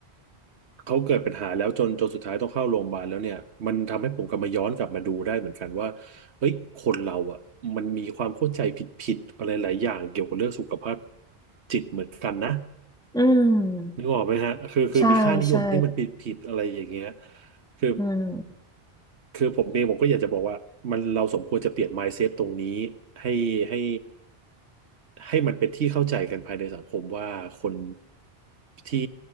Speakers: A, on the right (about 85°); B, in the centre.
A: เขาเกิดปัญหาแล้วจนจนสุดท้ายต้องเข้าโรงพยาบาลแล้วเนี่ยมันทำให้ผมกลับมาย้อนกลับมาดูได้เหมือนกันว่าเฮ้ยคนเราอ่ะมันมีความเข้าใจผิดๆอะไรหลายอย่างเกี่ยวกับเรื่องสุขภาพจิตเหมือนกันนะ
B: อืม
A: นึกออกไหมฮะคือคือมีค่านิยมที่มันผิดๆอะไรอย่างเงี้ย
B: ใช่ใช่
A: คือ
B: อืม
A: คือผมเองผมก็อยากจะบอกว่ามันเราสมควรจะเปลี่ยน mindset ตรงนี้ให้ให้ให้มันเป็นที่เข้าใจกันภายในสังคมว่าคนที่